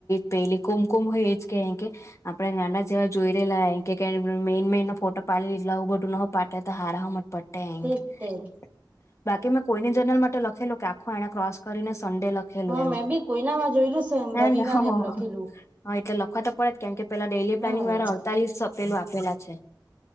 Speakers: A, on the left; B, on the right.
A: પેલી કુમકુમ હોય એ જ કે કે. આપડે નાના જેવા જોઈ રહેલા કે મેન મેન ફોટો પાડે એટલે આવું બધું ન પાડ તો હારા મ જ પડ
B: તેજ તેજ
A: બાકી મેં કોઈની જર્નલ માટે લખેલ કે આખું એને ક્રોસ કરીને સંડે લખ લેલું
B: હા
A: એમ
B: મેં બી કોઈનામાં જોયેલું છે એમ
A: હા
B: રવિવારે એમ લખેલું
A: એટલે લખવા તો પડે જ કેમ કે પેલા ડેલી પ્લાનિંગ
B: હા
A: વારા અડતાલીસ પેલું આપેલા છે.